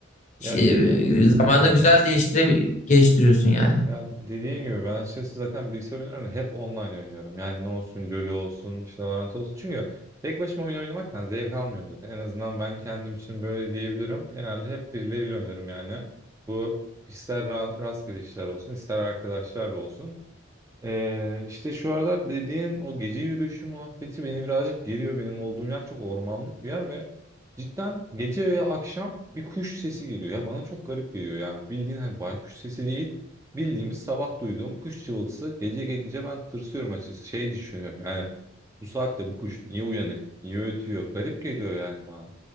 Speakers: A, on the right (about 15°); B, on the left (about 35°).
A: Ya
B: Şey,
A: dediğim
B: zamanda
A: e,
B: güzel değiştire geliştiriyorsun yani.
A: ya dediğim gibi ben açıkçası zaten bilgisayar oyunlarını hep online oynuyorum. Yani ne olsun LoL olsun işte Valorant olsun. Çünkü tek başıma oyun oynamaktan zevk almıyorum zaten. En azından ben kendim için böyle diyebilirim. Genelde hep birileriyle oynarım yani. Bu ister ra- rastgele işler olsun ister arkadaşlarla olsun. Ee, işte şu aralar dediğin o gece yürüyüşü muhabbeti beni birazcık geriyor. Benim olduğum yer çok ormanlık bir yer ve cidden gece veya akşam bir kuş sesi geliyor. Ya bana çok garip geliyor yani bildiğin hani baykuş sesi değil bildiğimiz sabah duyduğum kuş cıvıltısı gece gelince ben tırsıyorum açıkçası. Şey düşünüyorum yani bu saatte bu kuş niye uyanık, niye ötüyor garip geliyor yani bana.